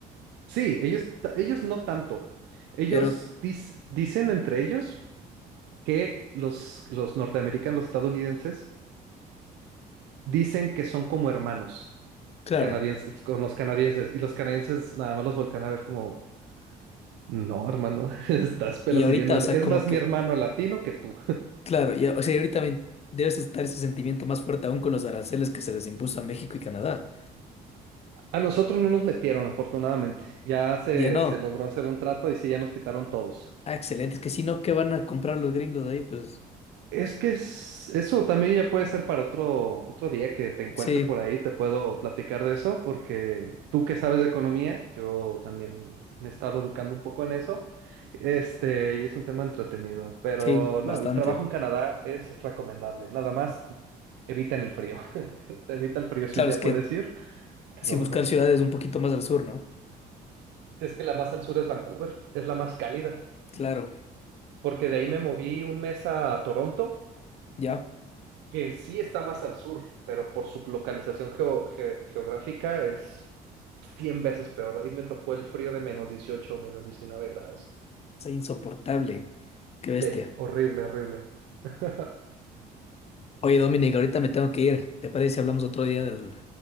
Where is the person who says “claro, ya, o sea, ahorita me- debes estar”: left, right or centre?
Left